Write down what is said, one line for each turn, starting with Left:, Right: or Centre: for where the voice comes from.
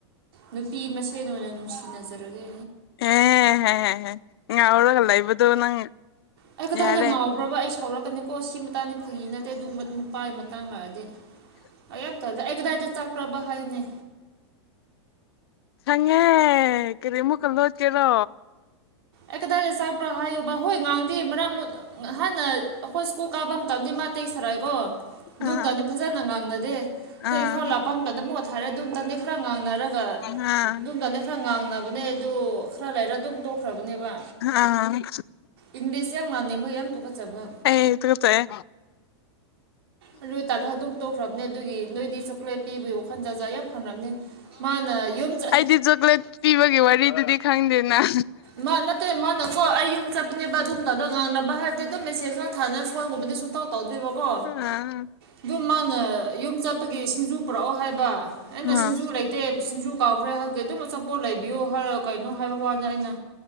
Right: ꯅꯨꯄꯤ ꯃꯁꯦꯟ ꯑꯣꯏꯅ ꯅꯨꯡꯁꯤꯅꯖꯔꯒꯦ
Left: ꯑꯦ ꯍꯦ ꯍꯦ ꯍꯦ ꯉꯥꯎꯔꯒ ꯂꯩꯕꯗꯣ ꯅꯪ
Right: ꯑꯩ ꯀꯗꯥꯏꯗ
Left: ꯌꯥꯔꯦ
Right: ꯉꯥꯎꯕ꯭ꯔꯕ ꯑꯩ ꯁꯥꯎꯔꯛꯀꯅꯤꯀꯣ ꯁꯤ ꯃꯇꯥꯡꯗꯤ ꯐꯒꯤ ꯅꯠꯇꯦ ꯑꯗꯨꯝꯕ ꯅꯨꯄꯥꯒꯤ ꯃꯇꯥꯡ ꯂꯥꯛꯑꯗꯤ ꯑꯩ ꯌꯥꯝ ꯇꯜꯂꯦ ꯑꯩ ꯀꯗꯥꯏꯗ ꯆꯛꯄ꯭ꯔꯕ ꯍꯥꯏꯌꯨꯅꯦ
Left: ꯈꯪꯉꯦ ꯀꯔꯤ ꯑꯃꯨꯛꯀ ꯂꯣꯠꯀꯦꯔꯣ
Right: ꯑꯦ ꯀꯗꯥꯏꯗ ꯆꯥꯛꯄ꯭ꯔꯥ ꯍꯥꯏꯌꯨꯕ ꯍꯣꯏ ꯉꯥꯟꯗꯤ ꯃꯔꯛ ꯑꯃ ꯉꯍꯥꯟꯅ ꯑꯈꯣꯏ ꯁ꯭ꯀꯨꯜ ꯀꯥꯕꯝ ꯇꯝꯗꯤ ꯃꯥ ꯇꯦꯛꯁ ꯊꯔꯛꯑꯦꯒꯣ ꯑꯗꯨ
Left: ꯑꯥ
Right: ꯇꯝꯗꯤ ꯐꯖꯅ ꯉꯥꯡꯅꯗꯦ ꯑꯗꯣ
Left: ꯑꯥ
Right: ꯏꯝꯐꯥꯜ ꯂꯥꯛꯄꯝ ꯑꯗ ꯃꯨꯛ ꯊꯔꯦ ꯑꯗꯨꯝ ꯇꯪꯗꯤ ꯈꯔ ꯉꯥꯡꯅꯔꯛ
Left: ꯑꯥ
Right: ꯑꯗꯨꯝ ꯇꯅꯦ ꯈꯔ ꯉꯥꯡꯅꯕꯅꯦ ꯑꯗꯨ ꯈꯔ ꯂꯩꯔ ꯑꯗꯨꯝ ꯇꯣꯛ ꯅꯦꯕ
Left: ꯑꯥ
Right: ꯏꯪꯂꯤꯁ ꯌꯥꯝ ꯉꯥꯡꯅꯦꯕꯒꯤ ꯌꯥꯝ ꯇꯨꯀꯆꯕ
Left: ꯑꯩ ꯇꯨꯀꯠꯆꯩꯌꯦ
Right: ꯑ ꯂꯨ ꯇꯥꯜꯂꯣ ꯑꯗꯨꯝ ꯇꯣꯛꯈ꯭ꯔꯕꯅꯦ ꯑꯗꯨꯒꯤ ꯅꯣꯏꯗꯤ ꯆꯣꯀ꯭ꯂꯦꯠ ꯄꯤꯕꯩ ꯋꯥꯈꯟ ꯖꯖꯥ ꯌꯥꯝ ꯍꯪꯅꯝꯅꯦ ꯃꯥꯅ ꯌꯨꯝ ꯆ
Left: ꯗꯤ ꯆꯣꯀ꯭ꯂꯦꯠ ꯄꯤꯕꯒꯤ ꯋꯥꯔꯤꯗꯨꯗꯤ ꯈꯪꯗꯦꯅ
Right: ꯃꯥ ꯅꯠꯇꯦ ꯃꯥꯅꯀꯣ ꯑꯩ ꯌꯨꯝ ꯆꯠꯄꯅꯦꯕ ꯑꯗꯨꯝ ꯇꯗ ꯉꯥꯡꯅꯕ ꯍꯥꯏꯕꯗꯤ ꯑꯗꯨꯝ ꯃꯦꯁꯦꯖ ꯉꯠ ꯊꯥꯅ ꯐꯣꯟꯒꯨꯝꯕꯗꯤ ꯁꯨꯡꯇꯧ ꯇꯧꯗꯦꯕꯀꯣ
Left: ꯑꯥ
Right: ꯑꯗꯨ ꯃꯥꯅ ꯌꯨꯝ ꯆꯠꯄꯒꯤ ꯁꯤꯡꯖꯨ ꯄꯨꯔꯛꯑꯣ ꯍꯥꯏꯕ ꯑꯩꯅ
Left: ꯑꯥ
Right: ꯁꯤꯡꯖꯨ ꯂꯩꯠ ꯇꯦ ꯁꯤꯡꯖꯨ ꯀꯥꯎꯈ꯭ꯔꯦ ꯍꯥꯏꯕꯒꯤ ꯑꯗꯨꯝ ꯑꯆꯥꯄꯣꯠ ꯂꯩꯕꯤꯌꯣ ꯍꯥꯏꯔ ꯀꯩꯅꯣ ꯍꯥꯏꯕ ꯋꯥꯅ ꯑꯩꯅ